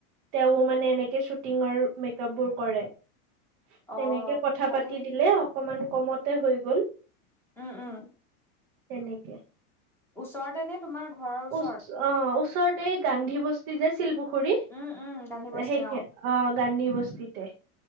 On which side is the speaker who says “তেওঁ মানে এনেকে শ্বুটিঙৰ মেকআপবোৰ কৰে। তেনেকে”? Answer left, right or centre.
Right